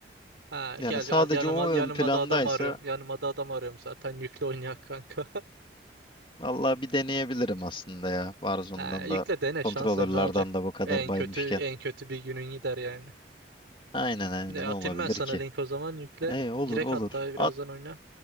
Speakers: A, on the right; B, on the left.
A: Ha,
B: yani
A: gel
B: sadece
A: bir al yanıma
B: o ön
A: yanıma
B: plandaysa
A: da adam arıyorum. Yanıma da adam arıyorum zaten. Yükle oynayak kanka. <laughs>
B: vallahi bir deneyebilirim aslında ya. Warzone'dan
A: Ha, yükle
B: da
A: dene şanslar
B: kontrolörlerden
A: ne olacak?
B: de bu kadar
A: En
B: baymışken.
A: kötü en kötü bir günün gider yani.
B: Aynen aynen
A: Ne
B: ne
A: atayım
B: olabilir
A: ben sana
B: ki?
A: link o zaman yükle.
B: E olur
A: Direkt
B: olur.
A: hatta birazdan
B: At
A: oyna.